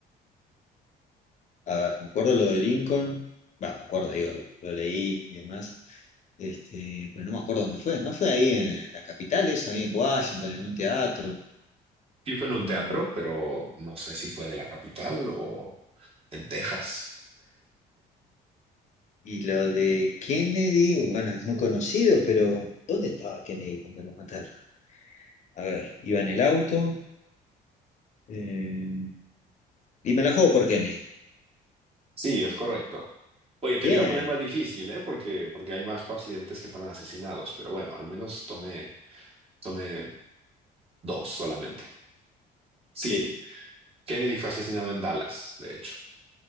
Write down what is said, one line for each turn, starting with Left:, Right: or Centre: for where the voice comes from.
Left: A ver, me acuerdo lo de Lincoln. Va, me acuerdo, digo, lo, lo leí y demás. Este, pero no me acuerdo dónde fue. ¿No fue ahí en la capital eso? Ahí en Washington, en un teatro.
Right: Sí fue en
Left: Mm,
Right: un teatro, pero no sé si fue de la capital o en Texas.
Left: Y lo de Kennedy, bueno, es muy conocido, pero ¿dónde estaba Kennedy cuando lo mataron? A ver, iba en el auto. eh, y me la juego por Kennedy.
Right: Sí, es correcto. Oye, te
Left: Bien,
Right: lo iba a poner más difícil, ¿eh? Porque, porque hay más pacientes que fueron asesinados, pero bueno, al menos tomé, tomé dos solamente. Sí,
Left: sí.
Right: Kennedy fue asesinado en Dallas, de hecho.